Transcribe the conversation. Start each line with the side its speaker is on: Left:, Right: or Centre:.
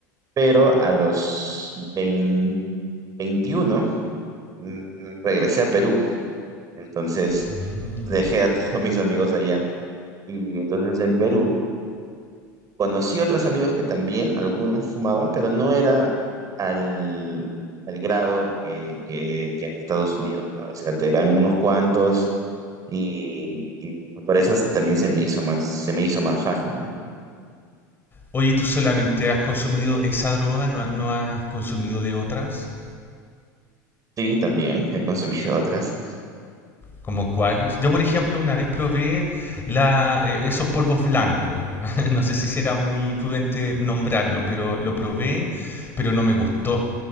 Right: pero a los 20 21 mm, mm, regresé a Perú, entonces
Left: Ujú.
Right: dejé a todos mis amigos allá y entonces en Perú Conocí otros amigos que también, algunos fumaban, pero no era al, al grado que, que- que en Estados Unidos, ¿no? O sea, te eran unos cuantos y, y por eso se- también se me hizo más, se me hizo más fácil, ¿no?
Left: Oye, ¿tú solamente has consumido esa droga? ¿No, no has consumido de otras?
Right: Sí, también he consumido otras.
Left: ¿Como cuáles? Yo, por ejemplo, una vez probé la, eh, esos polvos blancos. <laughs> No sé si será muy prudente nombrarlo, pero lo probé, pero no me gustó.